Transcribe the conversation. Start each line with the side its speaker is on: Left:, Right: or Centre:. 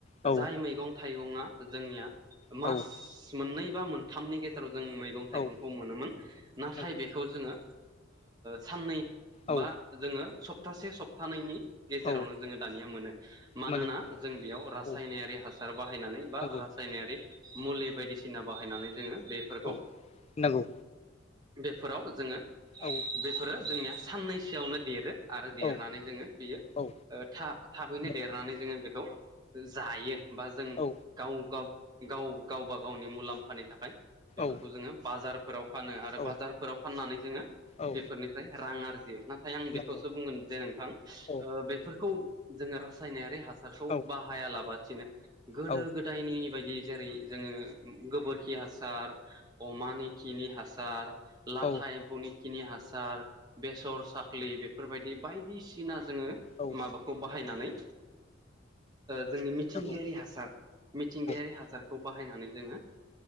Left: औ
Right: जाय मैगं थाइगङा जोंनिया मास
Left: औ
Right: मास मोननै बा मोनथामनि गेजेराव जों मैगं थाइगंखौ
Left: औ
Right: मोनोमोन नाथाय
Left: नंगौ
Right: बेखौ जोङो साननै
Left: औ
Right: बा जोङो सप्तासे सप्थानैनि गेजेरावनो
Left: औ
Right: जोङो दानिया मोनो मानोना
Left: मोनो
Right: जों बेयाव रासायनारि
Left: औ
Right: हासार बाहायनानै बा
Left: नंगौ
Right: रासायनारि मुलि बायदिसिना बाहायनानै जोङो बेफोरखौ
Left: औ नंगौ
Right: बेफोराव जोङो
Left: औ
Right: बेफोरो जोंनिया साननैसोआवनो देरो आरो देरनानै
Left: औ
Right: जोङो बियो
Left: औ
Right: थाबैनो
Left: नंगौ
Right: देरनानै जोङो बेखौ जायो बा जों
Left: औ
Right: गाव ग गाव गावबा गावनि मुलाम्फानि थाखाय बेफोरखौ
Left: औ
Right: जोङो बाजारफोराव फानो आरो
Left: औ
Right: बाजारफोराव फाननानै जोङो
Left: औ
Right: बेफोरनि रां आरजियो नाथाय नाथाय आं बेखौसो
Left: नंगौ
Right: बुंगोन जे नोंथां
Left: औ
Right: बेफोरखौ जोङो रासायनारि हासारखौ
Left: औ
Right: बा हायालाबसिनो गोदो
Left: औ
Right: गोदायनि बायदि जेरै जोङो गोबोरखि हा सार अमानि खिनि हासार लाथा
Left: औ
Right: एम्फौनि खिनि हासार बेसर साख्लि बेफोरबायदि बायदिसिना जोङो
Left: औ
Right: माबाखौ बाहायनानै जोंनि मिथिंगायारि
Left: नंगौ
Right: हासार मिथिंगायारि
Left: औ
Right: हासार खौ बाहायनानै जोङो